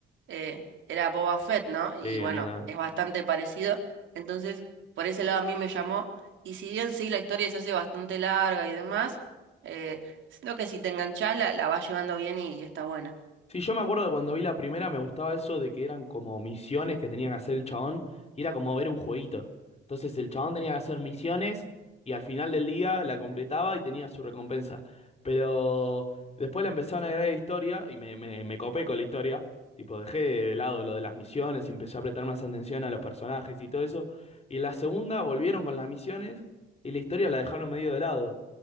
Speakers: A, on the right; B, on the left.
A: eh, era Boba Fett, ¿no? Y
B: Sí,
A: bueno,
B: el mío también.
A: es bastante parecido. Entonces, por ese lado a mí me llamó. Y si bien sí, la historia se hace bastante larga y demás. eh, Siento que si te enganchás la, la vas llevando bien y, y está buena.
B: Sí, yo me acuerdo de cuando vi la primera, me gustaba eso de que eran como misiones que tenía que hacer el chabón y era como ver un jueguito. Entonces el chabón tenía que hacer misiones y al final del día la completaba y tenía su recompensa. Pero después le empezaron a agregar historia y me, me, me copé con la historia. Tipo, dejé de lado lo de las misiones y empecé a prestar más atención a los personajes y todo eso. Y en la segunda volvieron con las misiones y la historia
A: Ujú,
B: la dejaron medio de lado.